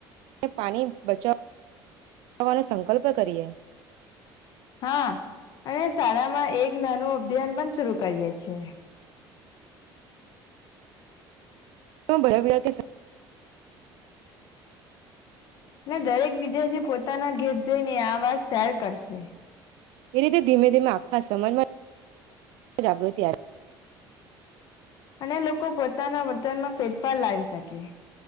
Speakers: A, on the right (about 80°); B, on the left (about 50°).
A: પાણી બચચવાનો સંકલ્પ કરીએ
B: હા અને શાળામાં એક નાનું અભિયાન પણ શર કરીયે છે
A: <unintelligible>
B: દરેક બીજા જે પોતાના ઘેર જઈને આ વાત શેર કરશે
A: એ રીતે ધીમે ધીમે આખા સમાજમાં <inaudible> જાગૃતિ આવે
B: અને લોકો પોતાના વર્તનમાં ફેરફાર લાવી શકે